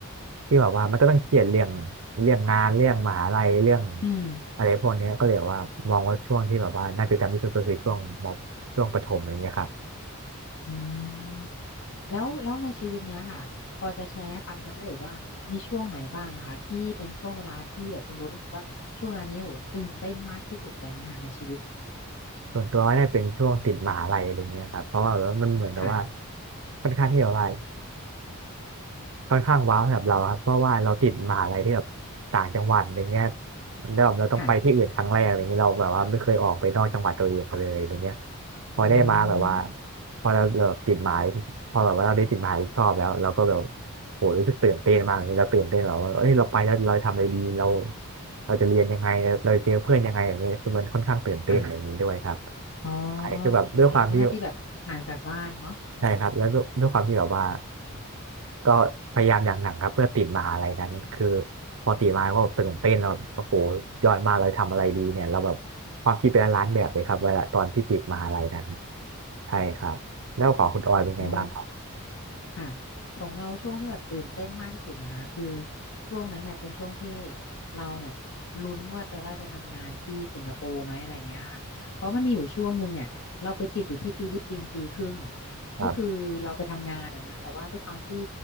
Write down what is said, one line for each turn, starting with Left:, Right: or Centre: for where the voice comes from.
Right: ที่แบบว่ามันก็ต้องเครียดเรื่องเรื่องงานเรื่องมหาลัยเรื่อง
Left: อืม
Right: อะไรพวกเนี้ยก็เลยแบบว่ามองว่าช่วงที่แบบว่าน่าจะจำที่สุดก็คือช่วงมช่วงประถมอะไรเงี้ยครับ
Left: อืมแล้วแล้วในชีวิตเนี้ยค่ะ พอจะแชร์ให้ฟังนะไหมเอ่ยว่า มีช่วงไหนบ้างอะคะที่เป็นช่วงเวลาที่แบบคุณโบรู้สึกว่าช่วงเวลานี้โหตื่นเต้นมากที่สุดอะไรเงี้ยค่ะในชีวิต
Right: ส่วนตัวน่าจะเป็นช่วงติดมหาลัยอะไรเงี้ยครับเพราะว่าแบบว่ามันเหมือนแบบว่า
Left: ค่ะ
Right: ค่อนข้างที่แบบว่า ค่อนข้างว้าวสำหรับเราครับเพราะว่าเราติดมหาลัยที่แบบต่างจังหวัดอย่างเงี้ยแล้วแบบเราต้องไปที่อื่นครั้งแรกอะไรเงี้ยเราแบบว่าไม่เคยออกไปนอกจังหวัดตัวเองเลยอะไาเงี้ย
Left: ค่ะ
Right: พอได้มาแบบว่า
Left: อืม
Right: พอเราแบบติดหมายพอแบบว่าเราได้ติดหมายชอบแล้วเราก็แบบโหรู้สึกตื่นเต้นมากอย่างเงี้ยเราตื่นเต้นแบบว่าเอ้ยเราไปแล้วเราทำอะไรดีเราเราจะเรียนยังไงเราจะเจอเพื่อนยังไงอย่างเงี้ยคือมันค่อนข้างตื่นเต้นอย่างนี้ด้วยครับ
Left: ค่ะอ๋อ
Right: ใช่คือแบบด้วยความที่
Left: โอเคเป็นครั้งแรกที่แบบห่างจากบ้านเนาะอืม
Right: ใช่ครับแล้วด้วยด้วยความที่แบบว่าก็พยายามอย่างหนักครับเพื่อติดมหาลัยนั้นคือพอติดมาก็ตื่นเต้นแล้วแบบโอ้โหยอดมากเลยทำอะไรดีเนี่ยเราแบบความคิดเป็นล้านแบบเลยครับเวลาตอนที่ติดมหาลัยนั้นใช่ครับแล้วของคุณออยเป็นไงบ้างครับ
Left: โอ้ ค่ะของเราช่วงที่แบบตื่นเต้นมากที่สุดนะคะคือช่วงนั้นเนี่ยเป็นช่วงที่เราเนี่ยลุ้นว่าจะได้ไปทำงานที่สิงคโปร์ไหมอะไรเงี้ยค่ะเพราะมันมีอยู่ช่วงหนึ่งเนี่ยเราไปติดอยู่ที่ฟิลิปปินส์ปีครึ่ง
Right: ครับ
Left: ก็คือเราไปทำงานอะนะแต่ว่าด้วยความที่